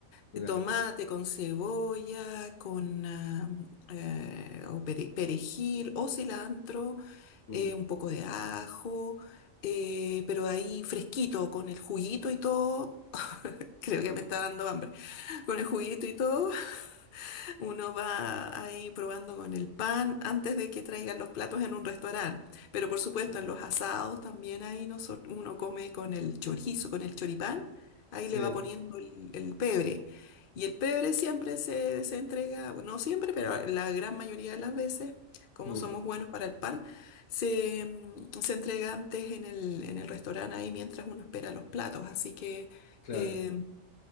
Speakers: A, on the left; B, on the left.
A: Mirá.
B: De Tomate con cebolla, con ah, eh, o pere- perejil o cilantro.
A: Mm,
B: eh, un poco de ajo, eh, pero ahí fresquito, con el juguito y todo. Creo que me está dando hambre. Con el juguito y todo, uno va ahí probando con el pan antes de que traigan los platos en un restaurante. Pero por supuesto,
A: mm,
B: en los asados también ahí noso- uno come con el chorizo, con el choripán. Ahí
A: sí,
B: le va poniendo el, el pebre. Y el pebre siempre se, se entrega, bueno, no siempre, pero la gran mayoría de las veces, como
A: mm,
B: somos buenos para el pan, se, mm, se entrega antes en el, en el restaurante ahí mientras uno espera los platos. Así que
A: claro.
B: eh,